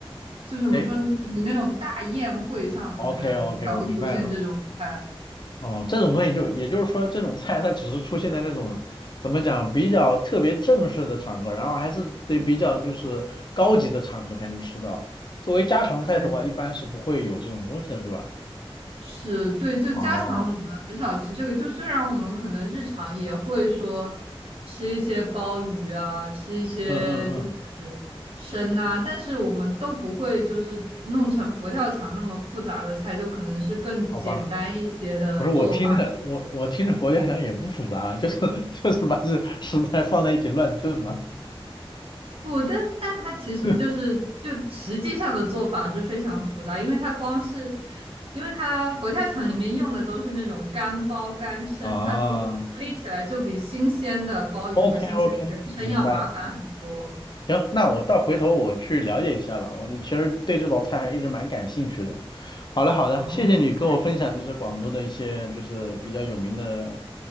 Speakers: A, on the right; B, on the left.
A: 就是怎么说，
B: 哎
A: 你那种大宴会上可能才会出现这种菜。
B: ，OK OK，<clears throat> 我明白了。哦，这种东西就也就是说，这种菜它只是出现在那种怎么讲比较特别正式的场合，然后还是得比较就是高级的场合才能吃到。作为家常菜的话，
A: 呃
B: 一般是不会有这种东西的，是吧？
A: 是，对，就家常我们很少吃这个。
B: 哦，
A: 就虽然我们可能日常也会说吃一些鲍鱼啊，吃一些就是参呐、
B: 嗯嗯嗯，
A: 但是我们都不会就是弄成佛跳墙那么复杂的菜，就可能是更简单一些的做法去做这些。
B: 好吧。不是我听着，我我听着，佛跳墙也不复杂啊，就是 <laughs> 就是把这食材放在一起乱炖嘛。
A: 不，但但它其实就是就实际上的做法是非常复杂，
B: <laughs>
A: 因为它光是，因为它佛跳墙里面用的都是那种干鲍干参，
B: 啊
A: 它处处理起来就比新鲜的鲍鱼和新鲜的人参要麻烦很多。
B: ，OK OK，明白了。行，那我到回头我去了解一下吧。我其实对这道菜还一直蛮感兴趣的。好的好的，
A: 哦，
B: 谢谢你跟我分享就是广州的一些就是比较有名的
A: 好嘞，